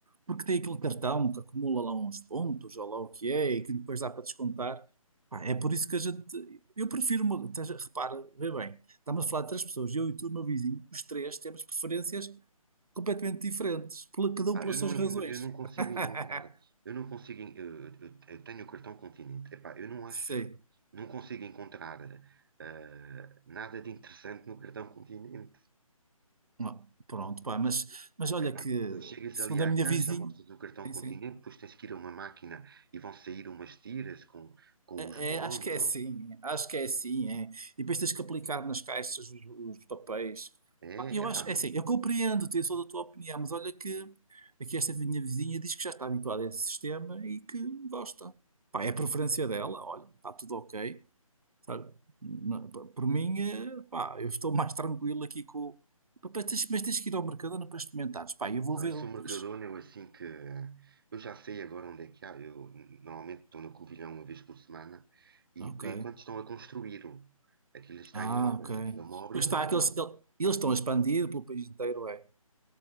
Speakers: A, on the right; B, on the right.
A: porque tem aquele cartão que acumula lá uns pontos, ou lá o que é, e que depois dá para descontar. Pá, é por isso que a gente. Eu prefiro. Uma, estás a- repara, vê bem, estamos a falar de três pessoas, eu e tu, meu vizinho, os três temos preferências completamente diferentes, pela- cada um
B: Pá,
A: pelas
B: eu não,
A: suas razões.
B: eu não consigo
A: <laughs>
B: encontrar, eu não consigo, en- eu, eu- eu tenho o cartão Continente, epá, eu não acho,
A: Sim.
B: não consigo encontrar ah, nada de interessante no cartão Continente.
A: Ah, Pronto, pá, mas, mas olha
B: Epá,
A: que,
B: chegas
A: segundo
B: ali à
A: a minha
B: caixa,
A: vizinha,
B: mostras o cartão
A: sim,
B: Continente,
A: sim.
B: depois tens que ir a uma máquina e vão sair umas tiras com, com
A: É,
B: os bónus.
A: é, acho que é
B: vão-
A: assim, é, acho que é assim, é. E depois tens que aplicar nas caixas os, os papéis.
B: É,
A: Pá, eu
B: epá,
A: acho, é assim, eu compreendo, tenho sou da tua opinião, mas olha que aqui esta minha vizinha diz que já está habituada a esse sistema e que gosta. Pá, é a preferência dela, olha, está tudo ok, sabe? Na- p- Por mim, eh, pá, eu estou mais tranquilo aqui com. Pá, Mas tens, mas tens que ir ao Mercadona para experimentares. Pá, eu vou
B: Não,
A: ver.
B: isso o Mercadona,
A: pois.
B: eu assim que. Eu já sei agora onde é que há. Eu normalmente estou no Covilhão uma vez por semana e
A: Ok.
B: por enquanto estão a construí-lo. Aquilo está
A: Ah,
B: em obras,
A: ok.
B: aquilo é uma obra
A: Pois
B: enorme.
A: está, aqueles, ele- eles estão a expandir pelo país inteiro, é.